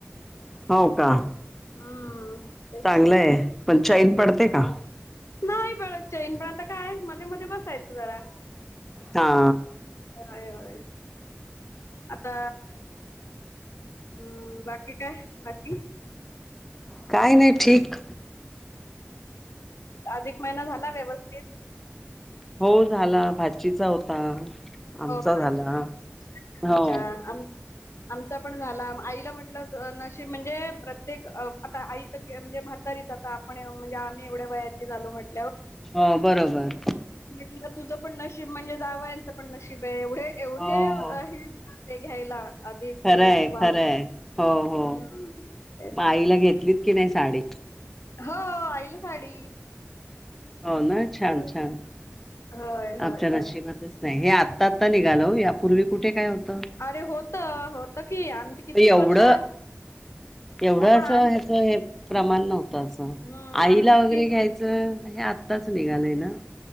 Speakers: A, in the centre; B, on the left (about 80°).
A: हो का
B: हम्म. तेच
A: चांगलंय पण चैन पडते का?
B: नाही चैन पण आता काय मध्ये मध्ये बसायचं जरा
A: हा.
B: होय हय आता. हम्म बाकी काय बाकी
A: काही नाही ठीक.
B: अधिक महिना झाला व्यवस्थित
A: हो झाला भाजीचा होता. आमचा
B: हो
A: झाला
B: आजीचा
A: हो.
B: अच्छा आम आमचा पण झाला. आईला म्हटलं अ नशीब म्हणजे प्रत्येक अ आता आई तर म्हणजे म्हातारी आता आपण म्हणजे आम्ही एवढ्या वयाची झालो म्हट
A: हो बरोबर.
B: <unintelligible> तुझं पण नशीब म्हणजे जावयांचं पण नशीब आहे एवढे एवढे
A: हो
B: आहे ते घ्यायला. अधिक महिन्याची
A: खरंय
B: वाण
A: खरंय हो हो
B: हम्म तेच
A: म आईला
B: तेच
A: घेतलीत की नाही साडी
B: हो आईल साडी
A: हो ना, छान
B: होय
A: छान
B: होय होय
A: आमच्या नशिबातच
B: होय
A: नाही हे आ आता आता निघालो यापूर्वी कुठे काय हेत
B: अरे होत होत की आमची किती
A: एवढं
B: वर्ष आ-
A: एवढं
B: हो
A: अस
B: पण आम
A: ह्याच हे. प्रमाण नव्हतं असं
B: हम्म
A: आईला
B: आम्ही किती
A: वगैरे घ्यायचं हे आत्ताच निघालंय ना,